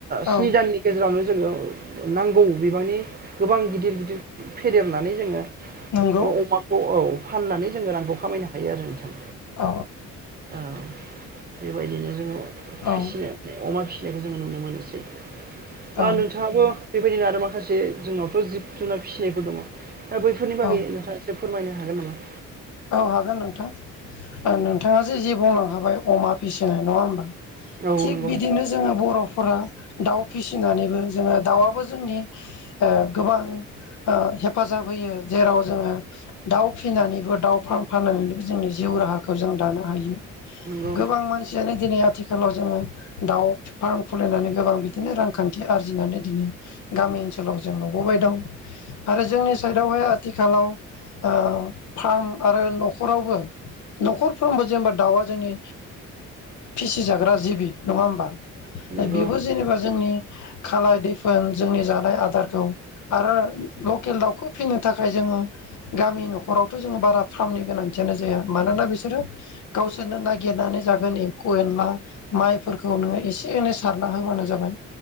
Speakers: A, on the left (about 70°); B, on the right (about 30°).
A: औ
B: स्नि दाननि गेजेरावनो जोङो नांगौ बिबांनि गोबां गिदिर गिदिर फेदेरनानै जोङो
A: नंगौ
B: अमाखौ औ फाननानै जोंङो रांखौ खामायनो हायो आरो नोंथां
A: औ
B: औ बेबायदिनो जोङो
A: औ
B: फिसिनो अमा फिसिनायखौ जोङो नुनो मोनोसै दा
A: औ
B: नोंथाङाबो बेबायदिनो आरो माखासे जोंनावथ' जिब जुनार फिसिनायफोर दङ दा बैफोरनि
A: औ
B: बागै नोंथाङा एसे फोरमायनो हागोन नामा?
A: औ हागोन नोंथां नोंथाङासो जि बुंलांखाबाय अमा फिसिनो नङा होमबा
B: औ
A: थिग
B: नंगौ
A: बिदिनो जोङो बर'फोरा दाउ फिसिनानैबो जोङो दाउआबो जोंनि ओ गोबां ओ हेफाजाब होयो जेराव जोङो दाउ फिनानैबो दाउ फाननानै जों जिउ राहाखौ जों दानो हायो
B: नंगौ
A: गोबां मानसियानो दिनै आथिखालाव जोङो दाउ फार्म खुलिनानै गोबां बिदिनो रांखान्थि आरजिनानै दिनै गामि ओनसोलाव जों नुबोबाय दं आरो जोंनि साइडआवहाय आथिखालाव ओ थाम आरो न'खरावबो न'खरफ्रोमबो जेनेबा दाउआ जोंनि फिसिजाग्रा जिबि नङा होमबा
B: नंगौ
A: बेबो जेनेबा जोंनि खालाय दैफोन जोंनि जानाय आदारखौ आरोर लकेल दाउखौ फिसिनो थाखाय जोङो गामि न'खरावथ' जोङो बारा फार्मनि गोनांथियानो जाया मानोना बिसोरो गावसोरनो नागिरनानै जागोन एम्फौ एनला माइफोरखौ नोङो एसे एनै सारना होबानो जाबाय